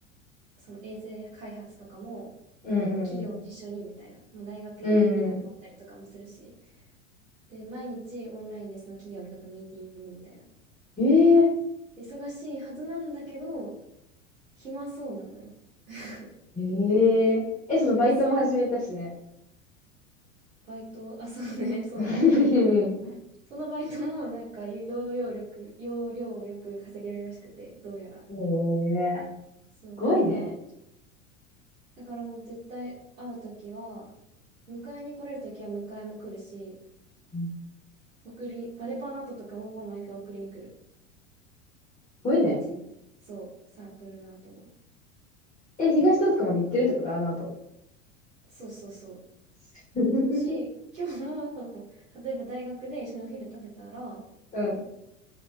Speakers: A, on the right; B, on the left.
A: その衛星開発とかも、
B: うん、
A: もう企業と一緒にみたいな、
B: うん、
A: もう大学い、
B: うん。
A: いなかったりとかもするし、
B: うん。
A: で、毎日オンラインでその企業の人とミーティングみたいな。
B: ええ
A: で忙しいはずなんだけど、暇そうなのよ。<laughs>
B: えええ、そのバイトも始めたしね。
A: 暇そうだから、バイト、あ、そうね、そうね。
B: <laughs> う
A: うんそのバイトもなんか要領力、要領をよく稼げるらしくて、どうやら。
B: ええ
A: そう、
B: すごいね。
A: だから、だからもう絶対会うときは、迎えに来れるときは迎えも来るし、
B: うんす
A: 送り、バレパの後とかも毎回送りに来る。
B: ごいね。
A: うちに。そう、サークルの後も。
B: え、東戸塚まで行ってるってことあの後。
A: そうそうそう。
B: <laughs>
A: し、今日も、例えば大学で一緒にお昼食べたら、
B: うん、